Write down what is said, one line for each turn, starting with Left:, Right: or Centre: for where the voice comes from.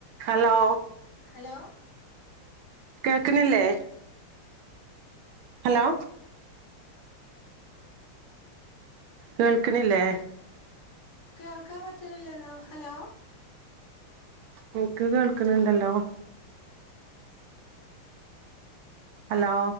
Right: Hello?
Left: Hello
Right: കേക്ക്ന്നില്ലേ? Hello കേൾക്ക്ണില്ലേ?
Left: കേൾക്കാൻ പറ്റണില്ലല്ലോ. ഹലോ?
Right: എനിക്ക് കേൾക്ണണ്ടല്ലോ ഹലോ